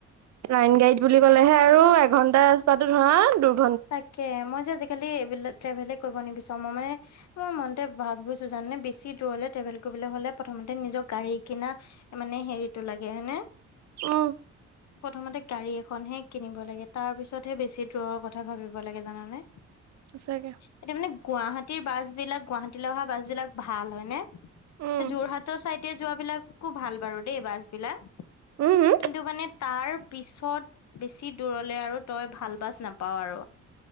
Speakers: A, on the right; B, on the left.
A: লাইন গাড়ীদ বুলি ক'লেহে আৰু এঘন্টা ৰাস্তাটো ধৰা দূৰ
B: তাকে মই যে আজিকালি এইবিলাক ট্ৰেভেলে কৰিব নিবিচাৰোঁ মই মানে মই মনতে ভাবিছোঁ জানে বেছি দূৰলে ট্ৰেভেল কৰিবলে হলে প্ৰথমতে নিজৰ গাড়ী কিনা মানে হেৰিতটো লাগে হয়নে।
A: উম।
B: প্ৰথমতে গাড়ী এখনহে কিনিব লাগে, তাৰ পিছতহে বেছি দূৰৰ কথা ভাবিব লাগে জানানে।
A: সঁচাকে।
B: এতিয়া মানে গুৱাহাটীৰ বাছ বিলাক, গুৱাহাটীলৈ অহা বাছ বিলাক ভাল হয়নে,
A: উম,
B: যোৰহাটৰ চাই এতিয়া যোৱা বিলাকো ভাল বাৰু দেই বাছ বিলাক,
A: উম,
B: কিন্তু মানে তাৰ পিছত বেছি দূৰলে আৰু তই ভাল বাচ নাপাওঁ আৰু।